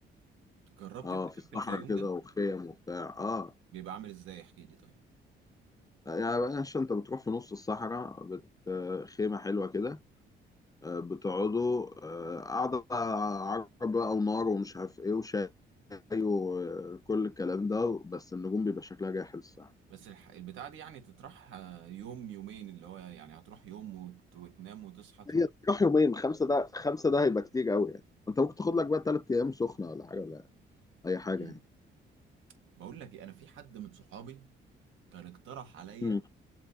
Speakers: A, on the right; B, on the left.
A: جربت
B: اه
A: انت
B: في
A: كامب
B: الصحراء
A: الفيوم
B: كده
A: ده
B: وخيم وبتاع اه
A: بيبقى عامل ازاي احكي لي طيب
B: يعني بلاش انت بتروح في نص الصحراء بت... خيمة حلوة كده آه، بتقعدوا آه، قعدة عرب بقى ونار ومش عارف ايه وشاي وكل الكلام ده بس النجوم بيبقى شكلها جاحظ الصراحة
A: بس الح... البتاع دي يعني تطرح آه، يوم يومين اللي هو يعني هتروح يوم وت... وتنام وتصحى تروح
B: هي تروح يومين خمسة ده خمسة ده هيبقى كتير قوي يعني انت ممكن تاخد لك بقى تلات ايام سخنة ولا حاجة ولا اي حاجة
A: مم.
B: يعني
A: بقول لك ايه انا في حد من صحابي كان اقترح عليا
B: مم.